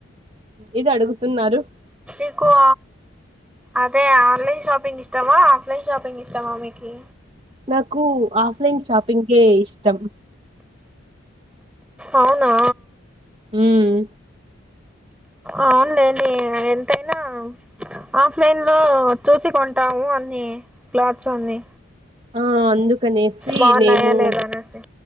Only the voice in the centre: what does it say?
ఎక్కువ అదే ఆన్లైన్ షాపింగ్ ఇష్టమా ఆఫ్లైన్ షాపింగ్ ఇష్టమా మీకి
అవునా
అవునులేండి ఎంతైనా ఆఫ్లైన్ లో చూసి కొంటాము అన్ని క్లాత్స్ అన్ని
బాగున్నాయా
లేదా అనేసి